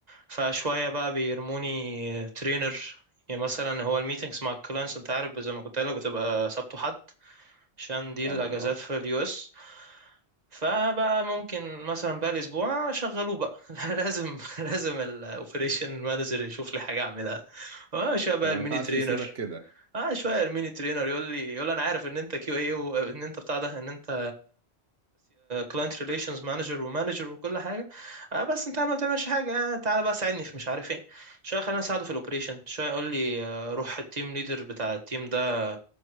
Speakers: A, on the right; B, on the right.
A: فشوية بقى بيرموني ترينر يعني مثلا هو الميتينجز مع الكلاينتس انت عارف زي ما كنت قايل لك بتبقى سبت وحد عشان دي
B: طبعا
A: الاجازات
B: اه
A: في اليو اس فبقى ممكن مثلا بقى الاسبوع شغلوه بقى <laughs> لازم لازم الاوبريشن مانجر يشوف لي حاجه اعملها اه شويه بقى
B: ما
A: الميني
B: ينفعش
A: ترينر
B: يسيبك كده
A: اه شويه الميني ترينر يقول لي يقول لي انا عارف ان انت كيو اي وان انت بتاع ده ان انت كلاينت ريليشنز مانجر ومانجر وكل حاجه آه بس انت ما بتعملش حاجه آه تعالى بقى ساعدني في مش عارف ايه شويه خلينا اساعده في الاوبريشن شويه يقول لي آه، روح التيم ليدر بتاع التيم ده